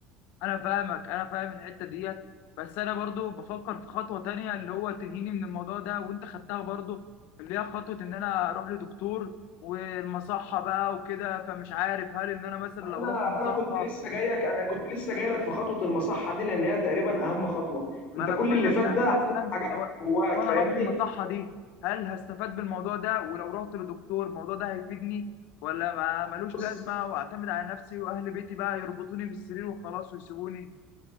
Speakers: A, on the left; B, on the left.
A: انا فاهمك انا فاهم الحته ديت بس انا برضو بفكر في خطوه تانية اللي هو تنهيني من الموضوع ده وانت خدتها برضو اللي هي خطوه ان انا اروح لدكتور والمصحه بقى وكده فمش عارف هل ان انا مثلا لو
B: انا
A: رحت مصحه
B: انا كنت لسه جايك انا كنت لسه جايلك في خطوه المصحه دي لان هي تقريبا اهم خطوه
A: ما
B: انت
A: انا
B: كل
A: بقول
B: اللي
A: لك
B: فات
A: يعني
B: ده
A: مثلا
B: حاجات
A: لو
B: جواك
A: لو
B: فاهمني
A: انا رحت المصحه دي هل هستفاد بالموضوع ده ولو رحت لدكتور الموضوع ده هيفيدني ولا ما ملوش
B: بص
A: لازمه واعتمد على نفسي واهل بيتي بقى يربطوني بالسرير وخلاص ويسيبوني